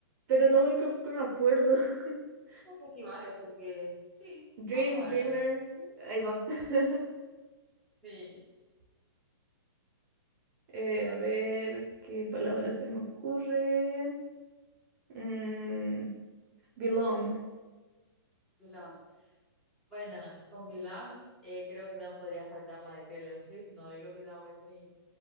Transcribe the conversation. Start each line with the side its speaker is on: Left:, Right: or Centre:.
Right: Pero es lo único que me acuerdo. <laughs>
Centre: creo que sí vale, porque sí,
Right: Dream,
Centre: vamos a valerla.
Right: Dreamer, ahí va. <laughs>
Centre: Sí,
Right: Eh, a ver qué palabra se me ocurre. Mm. Belong.
Centre: Vilán. Bueno, con Vilán eh, creo que no podría faltar la de Taylor Swift, no digo Vilán with me.